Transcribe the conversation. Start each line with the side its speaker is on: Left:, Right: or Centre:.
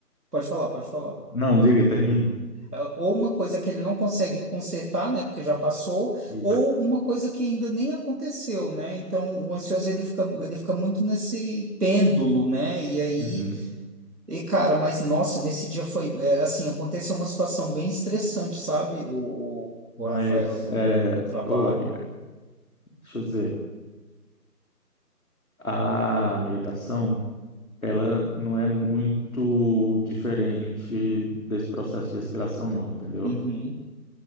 Right: Pode falar, pode falar.
Left: não diga, termine.
Right: Ah, Ou uma coisa que ele não consegue consertar, né, porque já passou,
Left: Isso.
Right: ou uma coisa que ainda nem aconteceu, né? Então, o ansioso ele fica, ele fica muito nesse pêndulo, né? E aí,
Left: Uhum.
Right: e cara, mas nossa, nesse dia foi, é, assim, aconteceu uma situação bem estressante, sabe? O, o,
Left: Mas,
Right: o Rafael no
Left: é,
Right: trabalho.
Left: ô amiga, deixa eu dizer, a meditação, ela não é muito diferente desse processo de respiração, não, entendeu?
Right: Uhum.